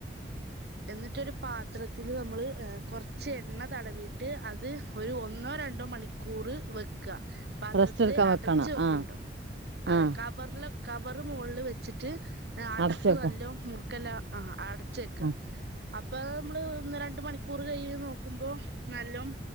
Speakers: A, on the right; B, on the right.
A: എന്നിട്ടൊരു പാത്രത്തില് നമ്മള് കൊറച്ച് എണ്ണ തടവിയിട്ട് അത് ഒരു ഒന്നോ രണ്ടോ മണിക്കൂർ ക്കൂറു വെക്ക പാത്രത്തില്
B: റെസ്റ്റ് എടുക്കാൻ
A: അടച്ച്
B: വെക്കണം
A: വെക്കൺ
B: ആഹ്
A: ട്ടോ അതെ
B: ആഹ്
A: കവറില് കവറ് മോൾല് വെച്ചിട്ട് അടപ്പ്
B: അടച്ച് വെക്ക
A: നല്ല മുറുക്കല്ല അടച്ച് വെക്ക
B: ആഹ്
A: അപ്പോ നമ്മള് ഒന്ന് രണ്ട് മണിക്കൂർ കയിഞ്ഞ് നോക്കുമ്പോ നല്ലോം